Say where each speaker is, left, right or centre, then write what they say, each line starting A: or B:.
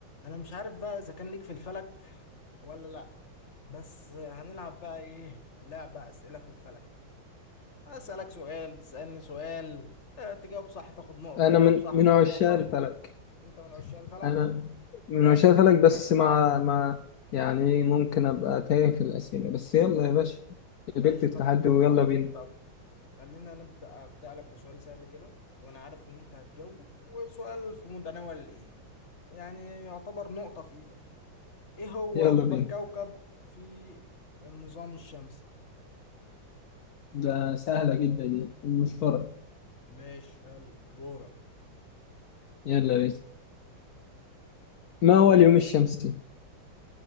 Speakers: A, on the left; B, on the left.
A: انا مش عارف بقى اذا كان ليك في الفلك ولا لا بس هنلعب بقى ايه لعبة اسئلة في الفلك اسألك سؤال تسألني سؤال آه، تجاوب صح تاخد نقطة
B: انا
A: جاوب
B: من
A: صح
B: من
A: اخد
B: عشاق
A: نقطة
B: الفلك
A: انت من عشاق الفلك
B: انا من
A: تمام
B: عشاق الفلك بس مع مع يعني ممكن ابقى تايه في الاسئله بس يلا يا باشا قبلت
A: ماشي
B: التحدي
A: طب
B: ويلا
A: طب
B: بينا
A: طب خلينا نبدأ أبدأ لك بسؤال سهل كده وانا عارف ان انت هتجاوبه وسؤال في متناول الايد يعني يعتبر نقطة في ايدك ايه هو
B: يلا
A: اكبر
B: بينا
A: كوكب في النظام الشمسي
B: ده سهله جدا يعني مش فرق
A: ماشي حلو دورك
B: يلا بينا ما هو اليوم الشمسي